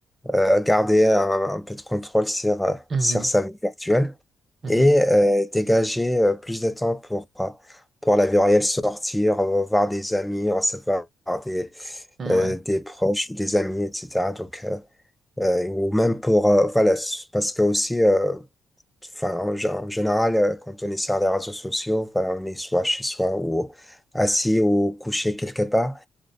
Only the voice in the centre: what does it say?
euh, garder un, un peu de contrôle sur, euh,
sur sa vie virtuelle
et euh, dégager euh, plus de temps pour, euh, pour la vie réelle, sortir, euh, voir des amis, recevoir des,
euh, des proches, des amis, etc. Donc, euh, euh, ou même pour, euh, voilà, parce que aussi, euh, enfin, en, gé- en général, euh, quand on est sur les réseaux sociaux, voilà, on est soit chez soi ou assis ou couché quelque part,